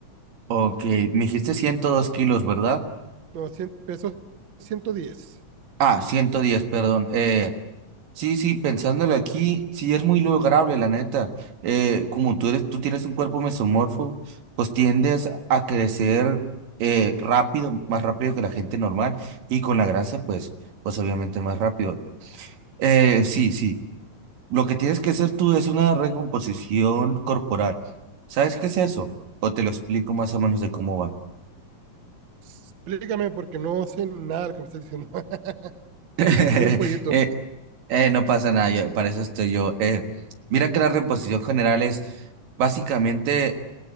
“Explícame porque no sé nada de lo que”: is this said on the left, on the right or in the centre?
Right